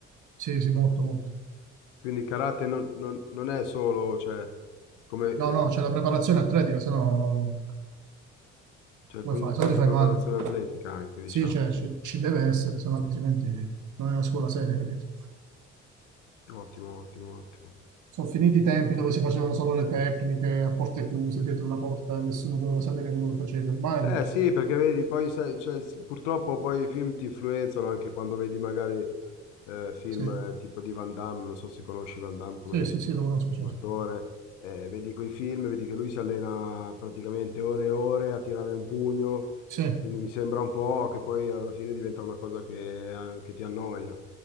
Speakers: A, on the right; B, on the left.
A: sì, sì, molto, molto.
B: quindi il karate non, non- non è solo, cioè, come, eh,
A: No, no, c'è la preparazione atletica, se no
B: cioè, quindi
A: come fai? Se
B: tanta
A: no ti fai
B: preparazione
A: male.
B: atletica anche, diciamo.
A: Sì, cioè, ci, ci deve essere, se no altrimenti non è una scuola seria, capito?
B: Ottimo, ottimo, ottimo.
A: Sono finiti i tempi dove si facevano solo le tecniche a porte chiuse, dietro una porta, e nessuno doveva sapere quello che facevi. Ormai,
B: Eh sì, perché vedi, poi sai, cioè, s- purtroppo poi i film ti influenzano anche quando vedi magari eh, film
A: sì,
B: eh, tipo di Van Damme, non so se conosci Van Damme come,
A: sì, sì, sì, lo conosco, certo.
B: come attore, eh, vedi quei film, vedi che lui si allena praticamente ore e ore a tirare un pugno,
A: Sì.
B: quindi mi sembra un po' che poi alla fine diventa una cosa che, eh, che ti annoia.